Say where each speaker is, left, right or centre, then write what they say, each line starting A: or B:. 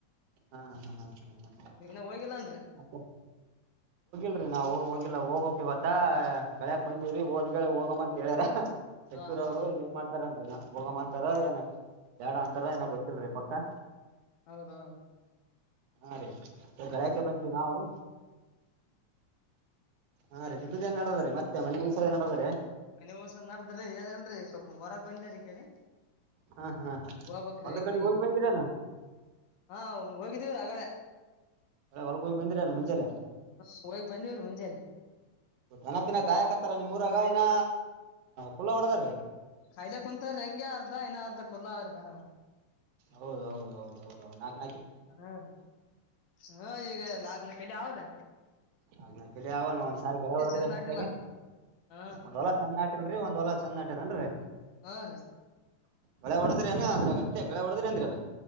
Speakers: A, on the right (about 80°); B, on the left (about 70°).
A: ಹಾ ಹಾ ಹ
B: ನೀವಿನ್ನ ಹೋಗಿಲ್ಲನ್ರಿ
A: ಮತ್ತೆ ಕಿ ನಾವು ಹೋಗಿಲ್ಲಾ ಹೋಗ್ಬೇಕಕ್ ಇವತ್ತ ಳ್ಯಾಕ್ ಬಂದಿವವ್ರಿ ಹಓದ್ಳ ಹೋಗಮ್ಮ ಅಂತ ಕ್ಯಾರ ಹೆ್ದೂರು
B: ಹಾ ಹಾ
A: ಅವ್ರು
B: ಹೌದ್ರಿ
A: ಏನ್ ಮಾಡ್ತಾರಂದ್ಿನ ಹೋಗಮ್ಮಂತಾರ ಏನ ಎರಡ್ ಅಂತರ ನಾಗ ಗೊತ್ತಿಲ್ರಿ ಕತ್ತು
B: ಹೌದೌದು
A: ಹಾ ರೀ ಗಳ್ಯಾಕೆ ಬಂದೀವಿ ನಾವು ಹಾಂೀ ನಿ ನ್ ನಡದ ರ ಮತ್ತೆ ಮನೆ ಉಸದ ನಡದ್ರಿ
B: ನೀವುಸ ನಾದ್ರಿ ಏನ್ ಹೇಳ್ರಿ ಸ್ವ ಹೊರಾಗ ಬಂದ ರ ಈ ಕಡೆ
A: ಹಾ ಹಾ
B: ಹಬಕ್ರೀ
A: ಹೊಲ್ದ
B: ಈೇಗ
A: ಕಡೆ
B: ಮನೆಗೆ
A: ಹೋಗಿ ಬಂದಿರೇನ
B: ಹಾ ಹೋಗಿದೀವ್ರ ಹಗಳ
A: ಹೊಲ್ಕ್ ಹೋಗಿ ಬಂದಿರೇನ ಮುಂಜಾಲೆ
B: ಹೋಗಗ್ ಬಂದವ್ರೀ ಮುಂಜಾಲೆ
A: ದೆನಪಿನ ಕಾಯಾಕತ್ತಾರ ನಿಮ್ ಮೂರಗ ಇನ್ನ ಪುಲ್ಲ ಹೊಡದ್ರೀ
B: ಕಾಯಲೆ ಕುಂತಾರ ಹೆಂಗೆ ಅರ್ಧ ಇನ್ನ ಅರ್ಧ ಕುಲಾದವರನ
A: ಹೌದು ಹೌದು ಹೌದು ಹೌದು ನಾಲ್ಕ
B: ಅದಾವರಿ ಅದಾವ ಈಗ ನಾಲ್ಕ ನಾ ಕರಿಲಾ ಅವರನಾ
A: ನಾಲ್ಕ ನಾಲ್ಕ ಅವನು ಒಂದ್ಸಾರಿ ಗಳೆ ಹೊಡದ್ರಿ
B: ಚಂದ್
A: ಒಮ್ಮೆರ
B: ನಾಟಿಲ್ಲ ಹಾ
A: ಒಂದು ಹೊಲ ಚೆನ ಹಾಕ್ಲಿರಿ ಒಂದು ಹೊಲ ಚಂದ ಹಾಕೇನಿನ್ರೀ
B: ಹಾ ರೀ
A: ಗಳೆ ಹೊಡದಿರಿ ಏನ ಅದರ ಅತ್ಯನಕ ಗಳೇ ಹೊಡೆದಿರೆನರಿ ಅದನ್ನ